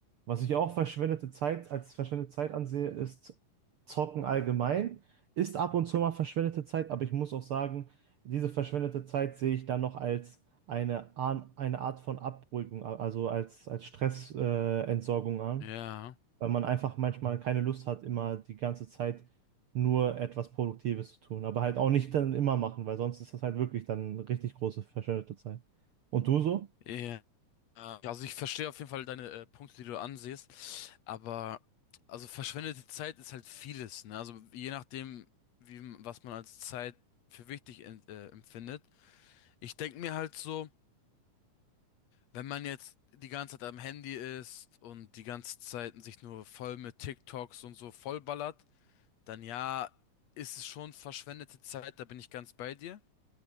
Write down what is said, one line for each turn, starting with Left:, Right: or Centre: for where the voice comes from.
Right: Was ich auch verschwendete Zeit als verschwendete Zeit ansehe, ist Zocken allgemein. Ist ab und zu mal verschwendete Zeit, aber ich muss auch sagen, diese verschwendete Zeit sehe ich dann noch als eine, Ar- eine Art von Abruhigung, also als, als Stressentsorgung äh, Entsorgung an
Left: Ja,
Right: weil man einfach manchmal keine Lust hat, immer die ganze Zeit nur etwas Produktives zu tun. Aber halt auch nicht dann immer machen, weil sonst ist das halt wirklich dann richtig große verschwendete Zeit. Und du so?
Left: ja. Also ich verstehe auf jeden Fall deine äh, Punkte, die du ansiehst, aber also verschwendete Zeit ist halt vieles, ne? Also je nachdem, wie was man als Zeit für wichtig en- äh, empfindet. Ich denke mir halt so, wenn man jetzt die ganze Zeit am Handy ist und die ganze Zeit sich nur voll mit TikToks und so vollballert, dann ja, ist es schon verschwendete Zeit, da bin ich ganz bei dir.